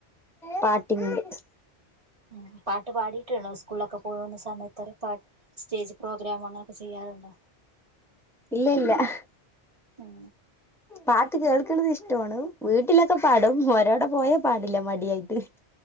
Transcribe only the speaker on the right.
ഉ പാട്ടു പാടി സ്കൂളൊക്കെ പോകുന്ന സമയത്ത് പാട്ട് സ്റ്റേജ് പ്രോഗ്രാം അങ്ങനെയൊക്കെ ചെയ്യാറുണ്ടോ
ഉം